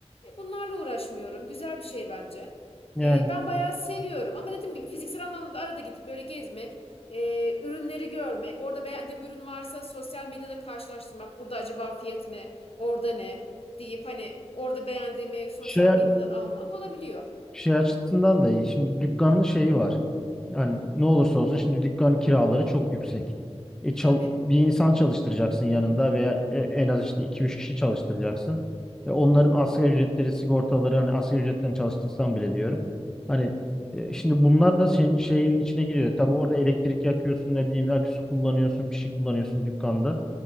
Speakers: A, on the left; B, in the centre.
A: E, bunlarla uğraşmıyorum. Güzel bir şey bence.
B: yani
A: E, ben bayağı seviyorum ama dediğim gibi fiziksel anlamda da arada gidip böyle gezmek, e, ürünleri görmek, orada beğendiğim ürün varsa sosyal medyada karşılaştırmak, burada acaba fiyatı ne, orada ne deyip hani orada beğendiğimi sosyal
B: şey,
A: medyadan almak olabiliyor.
B: şey açısından da iyi. Şimdi dükkanın şeyi var. Yani ne olursa olsun şimdi dükkan kiraları çok yüksek. E, çal-
A: Tabii.
B: bir insan çalıştıracaksın yanında veya e, en az işte iki üç kişi çalıştıracaksın. Ve onların asgari ücretleri, sigortaları hani asgari ücretten çalıştırsan bile diyorum. Hani e, şimdi bunlar da senin şeyin içine giriyor. Tabii orada elektrik yakıyorsun ne bileyim belki su kullanıyorsun bir şey kullanıyorsun dükkanda.